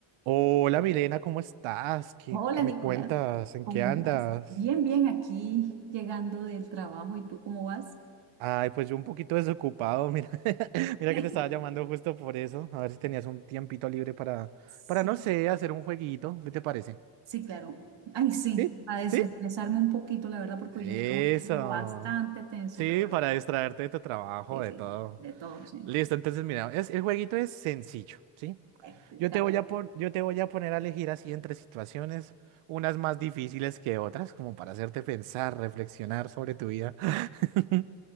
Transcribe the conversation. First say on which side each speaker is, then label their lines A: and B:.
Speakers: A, on the right; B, on the right.
A: Hola Milena, ¿cómo estás? ¿Qué,
B: Hola
A: qué me
B: Nicolás,
A: cuentas? ¿En
B: ¿cómo
A: qué andas?
B: vas? Bien, bien, aquí llegando del trabajo, ¿y tú cómo vas?
A: Ay, pues yo un poquito desocupado, mira, <laughs> mira
B: <laughs>
A: que te estaba llamando justo por eso, a ver si tenías un tiempito libre para,
B: Sí,
A: para no sé, hacer un jueguito, ¿qué te parece?
B: sí, claro. Ay, sí,
A: ¿Sí?
B: a desestresarme
A: ¿Sí?
B: un poquito, la verdad, porque hoy
A: Eso.
B: el trabajo estuvo bastante tenso,
A: Sí,
B: pero bueno,
A: para distraerte de tu trabajo,
B: sí,
A: de
B: sí,
A: todo.
B: de todo, sí.
A: Listo, entonces mira, es, el jueguito es sencillo, ¿sí?
B: Explícame.
A: Yo te voy a pon- yo te voy a poner a elegir así entre situaciones, unas más difíciles que otras, como para hacerte pensar, reflexionar sobre tu vida. <laughs>